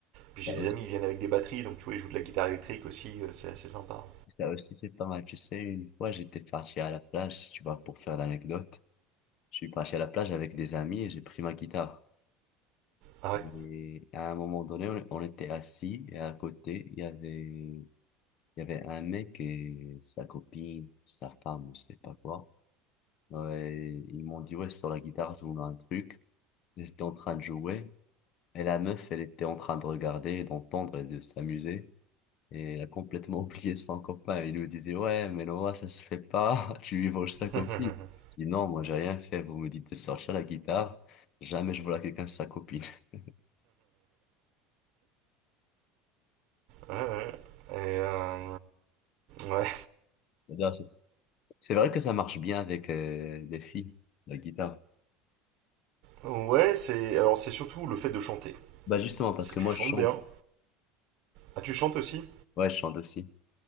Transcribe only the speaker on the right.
Puis
j'ai des
amis, ils viennent avec des batteries, donc tu vois, ils jouent de la guitare électrique aussi, euh, c'est assez sympa.
Ah
ouais.
<laughs>
Ouais, ouais. Et, euh, ouais.
Ouais, c'est, alors c'est surtout le fait de chanter.
Si
tu
chantes
bien. Ah, tu chantes aussi?